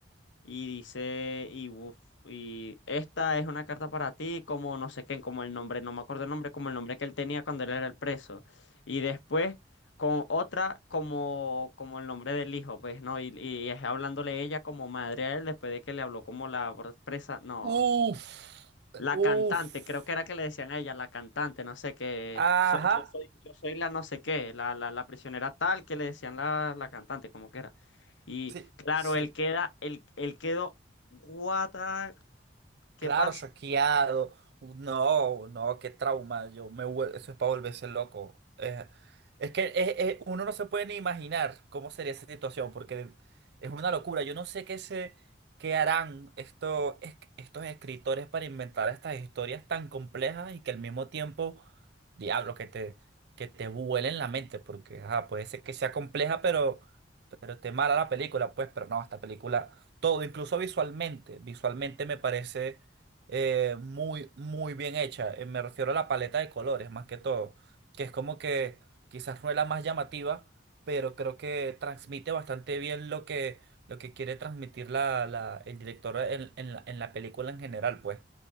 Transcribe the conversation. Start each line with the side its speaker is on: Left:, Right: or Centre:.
Left: Y dice, y, uf, y esta es una carta para ti, como no sé qué, como el nombre, no me acuerdo el nombre, como el nombre que él tenía cuando él era el preso. Y después con otra como, como el nombre del hijo, pues, ¿no? Y, y es hablándole ella como madre a él después de que le habló como la presa. No.
Right: Uf,
Left: La
Right: uf.
Left: cantante, creo que era que le decían a ella, la cantante, no sé qué.
Right: Ajá,
Left: so- yo soy, yo soy la no sé qué, la, la, la prisionera tal que le decían la, la cantante, como que era. Y
Right: sí,
Left: claro,
Right: sí.
Left: él queda, él, él quedó, what the- ¿qué
Right: Claro,
Left: pasa?
Right: choqueado. No, no, qué trauma. Yo me, vuel- eso es para volverse loco. Eh, es que es- es- uno no se puede ni imaginar cómo sería esa situación, porque es una locura. Yo no sé qué se, qué harán estos, es- estos escritores para inventar estas historias tan complejas y que al mismo tiempo, diablo, que te, que te vuelen la mente, porque ajá, puede ser que sea compleja, pero. Pero esté mala la película, pues, pero no, esta película, todo, incluso visualmente, visualmente me parece eh, muy, muy bien hecha. Eh, me refiero a la paleta de colores, más que todo, que es como que quizás no es la más llamativa, pero creo que transmite bastante bien lo que, lo que quiere transmitir la, la- el director en, en la, en la película en general, pues